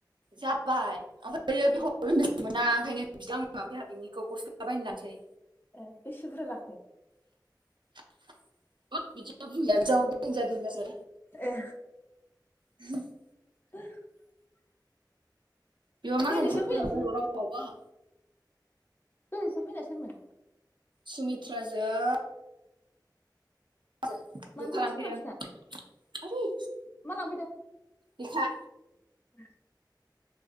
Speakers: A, on the right; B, on the left.
A: जाबाय ओमफाय बेखौ होनदों मोना ओंखायनो बिदों आङो ओमफ्राय आंहा बिनिखौ गस्ला बा बायनो लानोसै
B: ए बेसे बुरजा लाखो?
A: <unintelligible> <unintelligible> बिदियाव देनजारसो देनजारसो
B: ए
A: <unintelligible>
B: <unintelligible>
A: बेबा मा
B: दहायनिसो
A: होनो
B: फैनाया
A: बर' रावावबा
B: दहाय नोंसिनाव फैना सोरमोन?
A: सुमित्राजों जों
B: मानो
A: लेखा
B: दसेनो
A: लांफैदों।
B: थांफिना
A: आयदै
B: मा लांफैदों?
A: लेखा।
B: ओह।